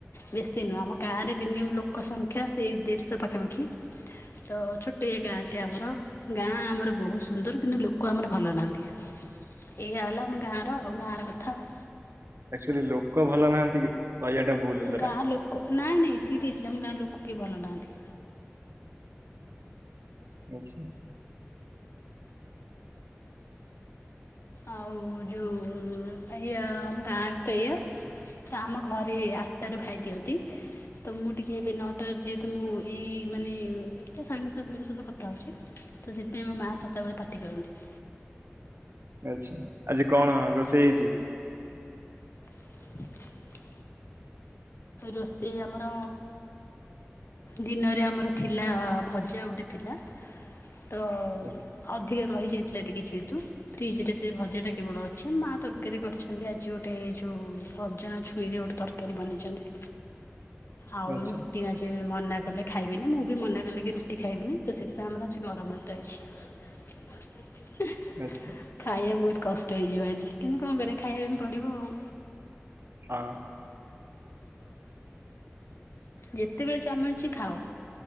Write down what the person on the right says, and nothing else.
ଆକଚୁଆଲି ଲୋକ ଭଲ ନାହାନ୍ତି କି? କହିବାଟା ଭୁଲ ସେଟା।
ଆଚ୍ଛା।
ଆଛା ଆଜି କଣ ରୋଷେଇ ହେଇଛି?
ଆଚ୍ଛା
ଆଚ୍ଛା
ଆଚ୍ଛା।
ହଁ।